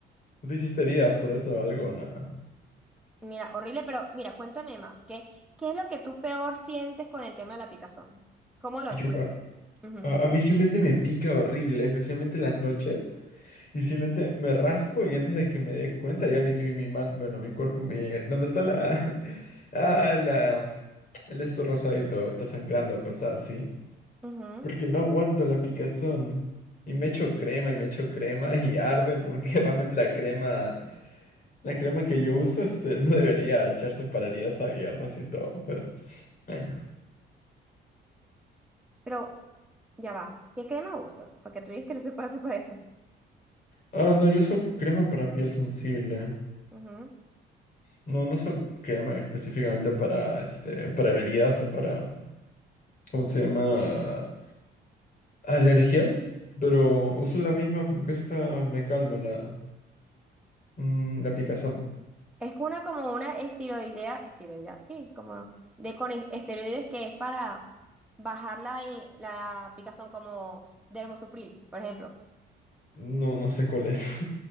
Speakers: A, on the left; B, in the centre.
A: ¿Tú te hiciste heridas por eso o algo? o Nada.
B: Mira, horrible, pero mira, cuéntame más. ¿Qué, qué es lo que tú peor sientes con el tema de la picazón? ¿Cómo lo
A: Yo-
B: expresas?
A: a,
B: Ujú,
A: a- a mí simplemente me pica horrible, especialmente en las noches. Y simplemente me rasco y antes de que me dé cuenta, ya mi, mi, mi man, bueno, mi cuerpo, mi, ¿dónde está la, <laughs> ah, la, el esto rosadito, está sangrando, cosas así.
B: ujú.
A: Porque no aguanto la picazón. Y me echo crema y me echo crema y arde porque <laughs> realmente la crema, la crema que yo uso, este, no debería echarse para heridas abiertas y todo, pero pues, bueno.
B: Pero ya va. ¿Qué crema usas? Porque tú dices que no se puede hacer para eso.
A: Ah, no, yo uso crema para piel sensible.
B: Ujú.
A: No, no uso crema específicamente para, este, para heridas o para ¿cómo se llama? Alergias, pero uso la misma porque esta me calma la, mm, la picazón.
B: Es una como una esteroidea, esteroidea, sí, como de con es- esteroides que es para bajar la, i- la picazón como dermosupril, por ejemplo.
A: No, no sé cuál es.